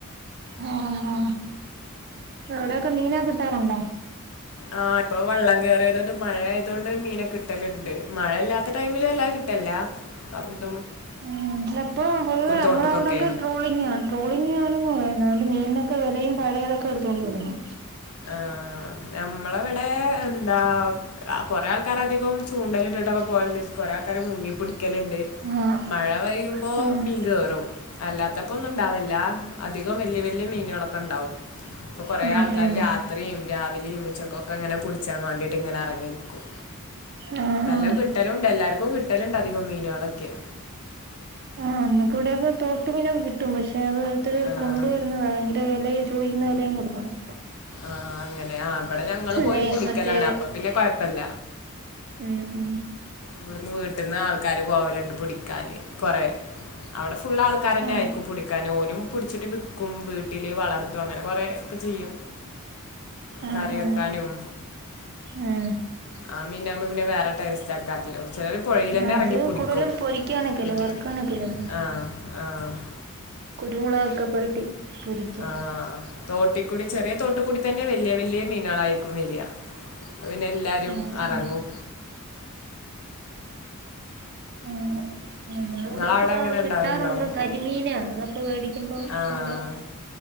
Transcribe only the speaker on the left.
ആ ഇപ്പൊ വള്ളം കയറിയതുകൊണ്ട് മഴയായതുകൊണ്ട് മീനൊക്ക കിട്ടലുണ്ട് മഴ അല്ലാത്ത ടൈമില് വല്ലാതെ കിട്ടലില്ല. ഇല്ലാ
തോട്ട്ക്കൊക്കെ
ആ നമ്മളിവിടെ എന്താ കൊറെേ ആൾക്കാരധികം ചൂണ്ടയില് ഇട്ടിട്ടൊക്കെ പോകലുണ്ട്. കൊറെ ആൾക്കാ മുങ്ങിപ്പൊടിക്കലുണ്ട്
മഴ പെയ്യുമ്പോ
മീൻ കേറും. അല്ലാത്തപ്പോ ഒന്നും ഇണ്ടാവില്ല അധികം വലിയ വലിയ മീനുകളൊക്കെ ഉണ്ടാാവും ഇപ്പോൾ കുറേ
ആൾക്കാർ
രാത്രിയും രാവിലെയും ഉച്ചക്കൊക്കെ ഇങ്ങനെ പടിച്ചാൻ വേണ്ടിട്ട് ഇങ്ങനെ ഇറങ്ങിരിക്കും
നല്ല
കിട്ടലും ഉണ്ട് എല്ലാർക്കും കി കട്ടലിണ്ട് അധികം മീനുകളൊക്കെ
ആഹ്
ആഹ അങ്ങനെ ആ ഇവിടെ ഞങ്ങൾ പോയി
പിടിക്കലാണ്
അപ്പൊ പിന്നെ കൊഴപ്പില്ല
ഇവിടുന്ന് വീട്ടന്ന് ആൾക്കാര് പോവലുണ്ട് പിടിക്കാന് കൊറ അവിടെ ഫുള് ആൾക്കാരന്നെ
ആയിരിക്കും പിടിക്കാൻ ഓലും പിടിച്ചിട്ട് ക്കും വീട്ടിൽ വളർത്തും അങ്ങനെ കുറേ ഒക്കെ ചെയ്യും
കറി
വെക്കാനും
ആ മീന്നാകുമ്പ പിന്നെ വേറെ ടെസ്റ്റ്‌ ആ കറല്ലോ ചിലത് പുഴൽ തന്നെ
ഇറങ്ങി
പുടിക്കും
ഉം
ആഹ് ആഹ് <inaudible>
ആഹ തോട്ടിക്കൂടി ചെറിയ തോട്ട കൂടി തന്നെ വലിയ വല്യ മീനാളായിരിക്കും വരിയാ പിന്നെ എല്ലാരും
അറങ്ങും
നിങ്ങളവിടെ എങ്ങനെ
ഉണ്ടാവലുണ്ടോ
ആഹ്